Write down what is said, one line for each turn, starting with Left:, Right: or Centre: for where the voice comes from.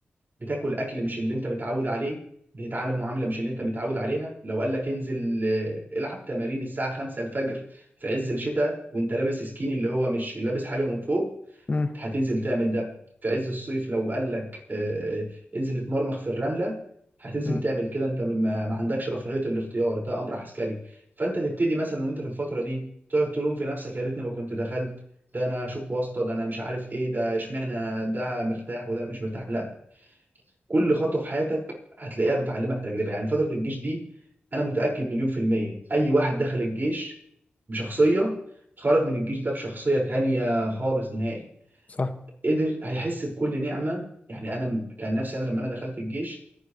Right: بتاكل اكل مش اللي انت متعود عليه بتتعامل معامله مش اللي انت متعود عليها لو قال لك انزل آه، العب تمارين الساعه 5 الفجر في عز الشتاء وانت لابس سكيني اللي هو مش لابس حاجه من فوق
Left: مم.
Right: هتنزل تعمل ده في عز الصيف لو قال لك آه، انزل اتمرمخ في الرمله هتنزل
Left: مم.
Right: تعمل كده انت ما ما عندكش رفاهيه الاختيار ده امر عسكري فانت تبتدي مثلا وانت في الفتره دي تقعد تلوم في نفسك يا ريتني ما كنت دخلت ده انا اشوف واسطه ده انا مش عارف ايه ده اشمعنى ده مرتاح وده مش مرتاح لا، كل خطوه في حياتك هتلاقيها بتعلمك تجربه يعني فتره الجيش دي انا متاكد مليون في الميه اي واحد دخل الجيش بشخصيه خرج من الجيش ده بشخصيه تانية خالص نهائي
Left: صح
Right: قدر هيحس بكل نعمه يعني انا م- كان نفسي انا لما انا دخلت الجيش